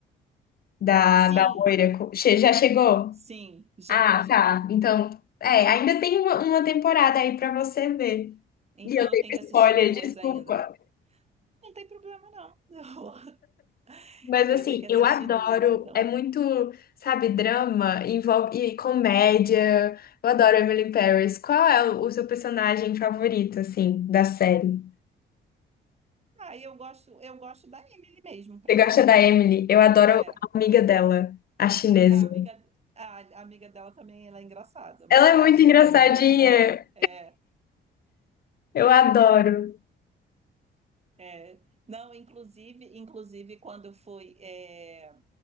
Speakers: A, on the left (about 50°); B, on the right (about 30°).
A: da,
B: Sim,
A: da loira. com- Che- Já chegou?
B: sim, já,
A: Ah,
B: já.
A: tá. Então, é, ainda tem uma, uma temporada aí pra você ver.
B: Então
A: E eu dei
B: eu tenho que assistir
A: spoiler,
B: duas
A: desculpa.
B: ainda. Não tem problema, não. <laughs>
A: Mas
B: Eu,
A: assim,
B: eu tenho que assistir
A: eu adoro.
B: duas, então.
A: É muito, sabe, drama, envolve e comédia. Eu adoro Emily in Paris. Qual é o o seu personagem favorito, assim, da série?
B: Ah, eu gosto, eu gosto da Emily mesmo, pra
A: Você gosta
B: mim.
A: da Emily? Eu adoro
B: É,
A: a amiga dela, a chinesa.
B: a amiga, a, a amiga dela também, ela é engraçada, mas
A: Ela
B: eu
A: é
B: gosto
A: muito engraçadinha.
B: da Emily. É, é,
A: Eu adoro.
B: é. Não, inclusive, inclusive quando foi, é,